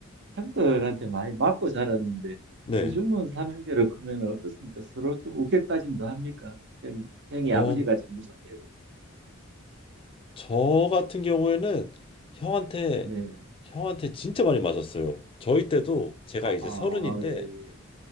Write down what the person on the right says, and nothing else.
형들한테 많이 맞고 자랐는데
요즘은 삼형제로 크면 어떻습니까? 서로 좀 우격다짐도 합니까? 형, 형이
아버지같이 무섭게
네.
아,
아,
예, 예. 예.